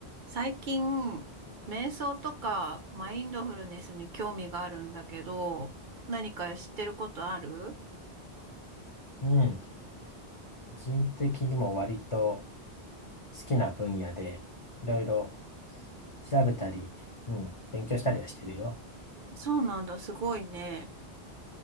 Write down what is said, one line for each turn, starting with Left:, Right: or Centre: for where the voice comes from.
Right: 最近、瞑想とかマインドフルネスに興味があるんだけど、何か知ってることある
Left: うん。個人的にも割と好きな分野で、いろいろ調べたり、うん、勉強したりはしてるよ。
Right: そうなんだ、すごいね。